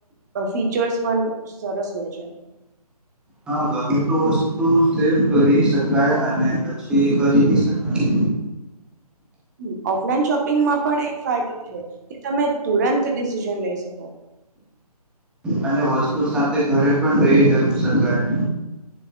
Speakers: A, on the right; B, in the centre.
A: ફીચર્સ પણ સરસ હોય છે.
B: હા ગમે તો વસ્તુ સિફ કરી શકાય અને પછી ખરીદી શકાય.
A: હમ, ઓફલાઈન શોપિંગમાં પણ એક ફાયદો છે કે તમે તુરંત ડિસિઝન લઈ શકો
B: અને વસ્તુ સાથે ઘરે પણ રહી શકાય